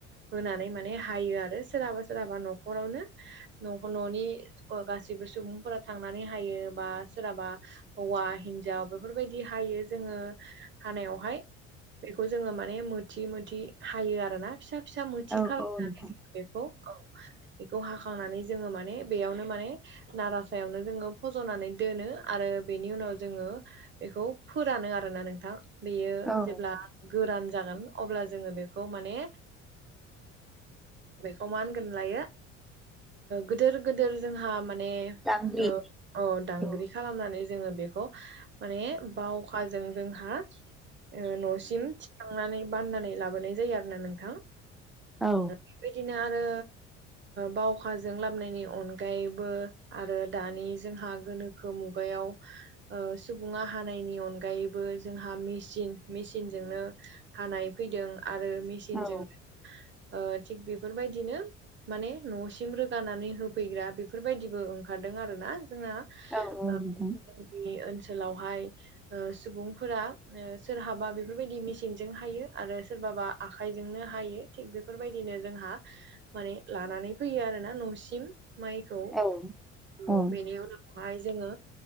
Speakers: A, on the right; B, in the centre.
A: होनानै माने हायो आरो सोरहाबा सोरहाबा न'खरावनो न' न'नि गासिबो सुबुंफोरा थांनानै हायो बा सोरहाबा हौवा हिन्जाव बेफोरबायदि हायो जोङो हानायावहाय बेखौ जोङो माने मोथि मोथि हायो आरो ना फिसा फिसा मोथि
B: औ
A: खालामनानै
B: औ नोंथां
A: ज बेखौ औ बेखौ हाखांनानै जोङो माने बेयावनो माने नार सायावनो जोङो फज'नानै दोनो आरो बेनि उनाव जोङो बेखौ फोरानो आरोना नोंथां बेयो
B: औ
A: जेब्ला गोरान जागोन अब्ला जोङो बेखौ माने बेखौ मा होनगोन लायो गिदोर गिदोर जोंहा माने
B: दांग्रि
A: ओ अ दांग्रि
B: औ
A: खालामनानै जोङो बेखौ माने बावखाजों जोंहा न'सिम थिखांनानै बाननानै लाबोनाय जायो आरो ना नोंथां
B: औ
A: बेबायदिनो आरो बावखाजों लाबोनायनि अनग आगायैबो आरो दानि जोंहा गोनोखो मुगायाव सुबुङा हानायनि अनगायैबो जोंहा मेसिन मेसिनजोंनो हानाय फैदों आरो मेसिन
B: औ
A: जोंनो ओ थिक बेफोरबायदिनो माने नसिम लोंखांनानै होफै फैग्रा बेफोरबायदिबो ओंखारदों आरो ना जोंना
B: औ औ
A: ओ
B: नोंथां
A: जोंनि ओनसोलावहाय ओ सुबुंफोरा सोरहाबा बेफोरबायदि मेसिनजों हायो आरो सोरबाबा आखाइजोंनो हायो थिग बेफोरबायदिनो जोंहा माने लानानै फैयो आरोना न'सिम माइखौ
B: औ
A: न'
B: औ
A: बेनि उनाव हाय जोङो